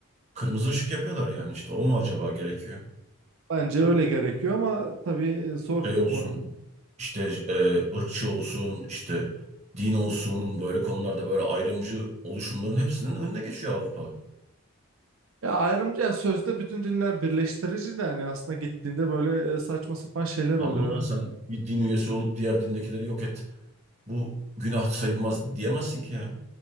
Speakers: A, on the right (about 30°); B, on the right (about 70°).
A: kırmızı ışık yapıyorlar yani işte o mu acaba gerekiyor?
B: bence öyle gerekiyor ama tabii e, zor
A: Şey
B: bir
A: olsun
B: konu.
A: işte e, ırkçı olsun işte din olsun böyle konularda böyle ayrımcı oluşumların hepsinin önüne geçiyor Avrupa.
B: Ya ayrımcı ya sözde bütün dinler birleştirici de hani aslında gittiğinde böyle e, saçma sapan şeyler
A: Tamam
B: oluyor.
A: da sen bir din üyesi olup diğer dindekileri yok et. Bu günah sayılmaz diyemezsin ki ya.